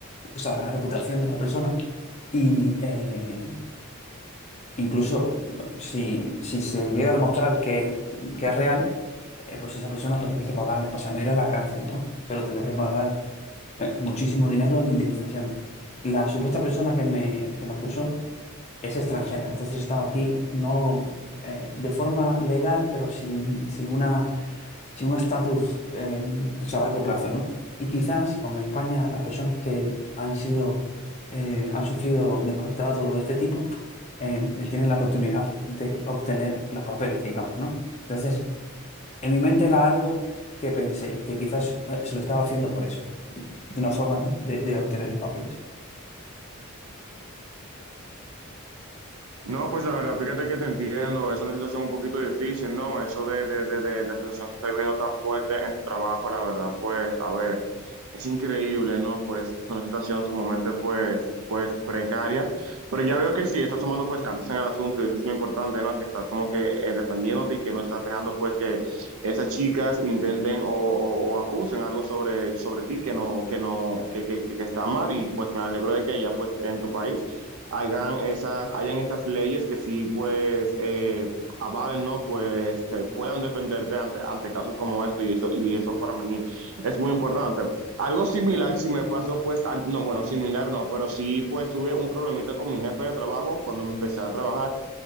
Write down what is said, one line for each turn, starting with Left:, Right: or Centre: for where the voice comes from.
Left: o sea, de la reputación de la persona y, eh, Incluso eh, si, si se llega a demostrar que, que es real, eh, pues esa persona pues tienes que pagar, o sea, no ir a la cárcel, ¿no? Pero tendrás que pagar eh, muchísimo dinero en indemnización. La supuesta persona que me, que me acusó es extranjera, entonces estaba aquí no eh, de forma legal, pero sin, sin una sí, un estatus eh, eso a largo plazo, ¿no? Y quizás con España las personas que han sido, eh, han sufrido de maltrato de este tipo, eh, tienen la oportunidad de obtener los papeles, digamos, ¿no? Entonces, en mi mente era algo que pensé, que quizás eh, se lo estaba haciendo por eso, de una forma de, de obtener los papeles. <laughs>
Right: No, pues la verdad, fíjate que te entiendo, es una situación un poquito difícil, ¿no? Eso de, de, de, de, de la situación que estoy viendo tan fuerte en tu trabajo, la verdad, pues, a ver, es increíble, ¿no? Pues es una situación sumamente, pues, pues precaria, pero ya veo que sí, estás tomando, pues, cartas en el asunto y eso es lo importante, ¿no? Que estás como que eh, defendiéndote y que no estás dejando, pues, que esas chicas intenten o, o, o acusen algo sobre, sobre ti que no, que no, que, que, que, que está mal y pues me alegro de que allá, pues, en tu país hagan esas, hayan esas leyes que sí, pues, eh, avalen, ¿no? Pues, te puedan defenderte ante, ante casos como esto y eso, y eso para mí es muy importante. Algo similar, si me pasó, pues, al, no, bueno, similar no, pero sí, pues, tuve un problemita con mi jefe de trabajo cuando me empecé a trabajar.